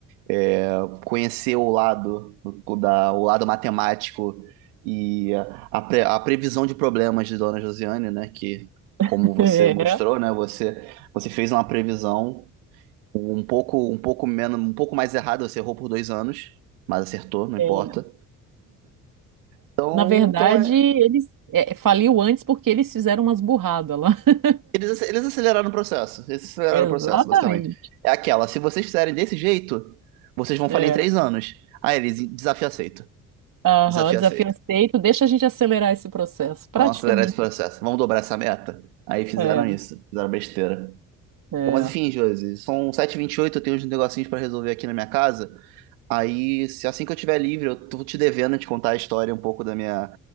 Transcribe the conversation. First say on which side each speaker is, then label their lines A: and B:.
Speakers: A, on the right; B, on the right.
A: é, conhecer o lado o da, o lado matemático e a, a pre- a previsão de problemas de Dona Josiane, né? Que, como
B: <laughs>
A: você
B: é,
A: mostrou, né? Você, você fez uma previsão um pouco um pouco menos um pouco mais errada. Você errou por dois anos, mas acertou, não
B: é.
A: importa. Então,
B: na verdade,
A: então é,
B: eles é, faliu antes porque eles fizeram umas burradas lá. <laughs>
A: Eles, ac- eles aceleraram o processo. Eles aceleraram
B: Exatamente.
A: o processo, basicamente. É aquela, se vocês fizerem desse jeito, vocês vão falhar
B: É.
A: em três anos. Aí eles, desafio aceito.
B: Aham,
A: Desafio
B: desafio
A: aceito.
B: aceito. Deixa a gente acelerar esse processo. Praticamente.
A: Vamos acelerar esse processo. Vamos dobrar essa meta. Aí fizeram
B: É,
A: isso. Fizeram besteira.
B: é.
A: Bom, Mas enfim, Josi, são 7h28, eu tenho uns negocinhos pra resolver aqui na minha casa. Aí, se assim que eu tiver livre, eu tô te devendo te contar a história um pouco da minha,